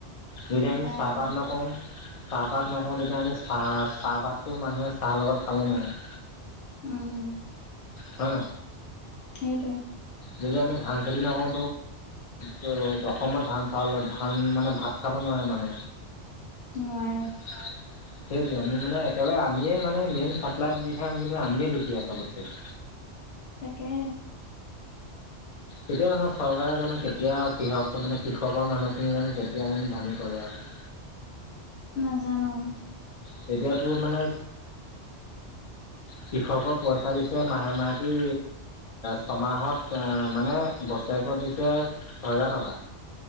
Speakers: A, on the left; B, on the left.
A: যদি
B: নাপায়
A: আমি চাহপাত
B: উম
A: নকৰো চাহপাত নকৰো, তেতিয়া আমি চাহ চাহপাততটো মানুহে চাহৰ লগত খাব নোৱাৰে।
B: উম।
A: হয় ন!
B: সেইটোৱে।
A: যদি আমি ধান খেতি নকৰো, তো অ ত অসমত ধান চাউলৰ ধান মানে ভাত খাব নোৱাৰে মানে।
B: নোৱাৰে
A: <unintelligible> সেইটোৱে, আমি মানে একেবাৰে আমিয়ে মানে মেইন চাপ্লাই দি থাকোঁ কিন্তু আমিয়ে দুখীয়া চবতকে।
B: তাকে।
A: কেতিয়া মানে চৰকাৰে জানো কেতিয়া কৃষক মানে কৃষকৰ মানুহ খিনি জানো কেতিয়া মানে ধনী কৰে আৰু। <inaudible>
B: নাজানো!
A: তেতিয়াতো মানে কৃষক পইচা দিছে মাহে-মাহে কি ছমাহত মানে বছৰেকত দিছে ছহেজাৰ টকা।